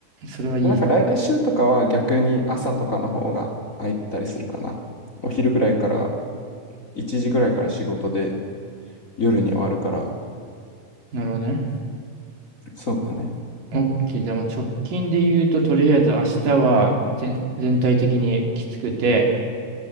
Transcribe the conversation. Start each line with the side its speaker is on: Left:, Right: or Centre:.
Right: それはいい。
Left: で、なんか来週とかは逆に朝とかの方が空いてたりするかな。お昼ぐらいから、1時ぐらいから仕事で夜に終わるから、
Right: なるほどね。
Left: そうだね。
Right: OK。じゃあ、まあ直近で言うと、とりあえず明日は全、全体的にきつくて、